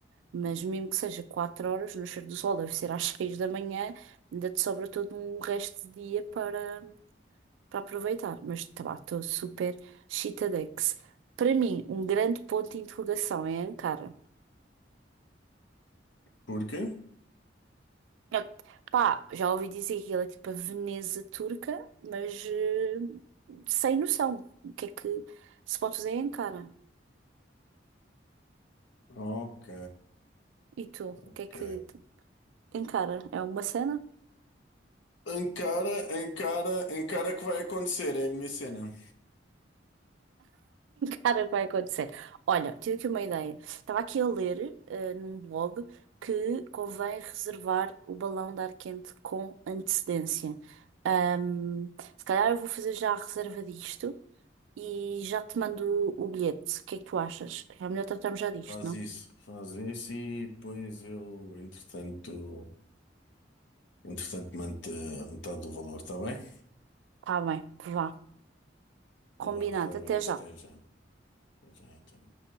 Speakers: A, on the right; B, on the left.
A: Mas mesmo que seja 4 horas, no cheiro do sol deve ser às <laughs> 6 da manhã, ainda te sobra todo um resto de dia para, para aproveitar. Mas tá, lá, estou super chitadex. Para mim, um grande ponto de interrogação é Ankara.
B: Porque?
A: Eu- pá, já ouvi dizer que ela é tipo a Veneza turca, mas eh, sem noção. O que é que se pode fazer em Ankara?
B: Ok,
A: E tu, o
B: ok.
A: que é que Ankara? É uma cena?
B: Encara, encara, encara que vai acontecer, é a minha cena.
A: Cara, <laughs> vai acontecer. Olha, tive aqui uma ideia. Estava aqui a ler eh, num blog que convém reservar o balão de ar quente com antecedência. Ahm, se calhar eu vou fazer já a reserva disto e já te mando o bilhete. O que é que tu achas? É melhor tratarmos já disto,
B: Faz
A: não?
B: isso, faz isso e depois eu, entretanto, entretanto, mando a metade do valor, está bem?
A: Tá bem, vá.
B: Então
A: Combinado.
B: vá, reserva
A: Até
B: isso,
A: já.
B: até já. Até já, até já.